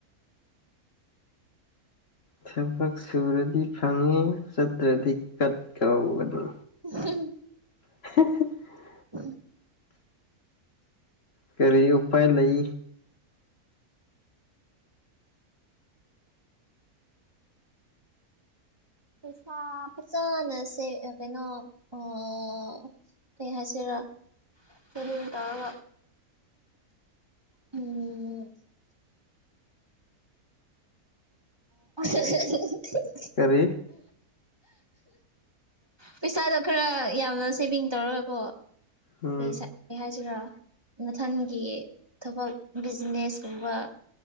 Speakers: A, on the left; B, on the right.
A: ꯊꯕꯛ ꯁꯨꯔꯗꯤ ꯐꯪꯉꯦ ꯆꯠꯇ꯭ꯔꯗꯤ ꯀꯠ ꯀꯧꯕꯅꯤ꯫
B: <unintelligible>
A: <unintelligible>
B: ꯎꯝ
A: ꯀꯔꯤ ꯎꯄꯥꯏ ꯂꯩ
B: ꯄꯩꯁꯥ ꯐꯖꯥꯅꯁꯦ ꯀꯩꯅꯣ ꯑꯣ ꯀꯩ ꯍꯥꯏꯁꯤꯔ ꯁꯦꯕꯤꯡ ꯇꯧꯔꯒ ꯎꯝ <unintelligible>
A: ꯀꯔꯤ
B: ꯄꯩꯁꯥꯗꯣ ꯈꯔ ꯌꯥꯝꯅ ꯁꯦꯚꯤꯡ ꯇꯧꯔꯒꯀꯣ
A: ꯎꯝ
B: ꯄꯩꯁꯥ ꯑꯩ ꯍꯥꯏꯁꯤꯔ ꯃꯊꯟꯒꯤ ꯊꯕꯛ ꯕꯤꯖꯤꯅꯦꯁ ꯀꯨꯝꯕ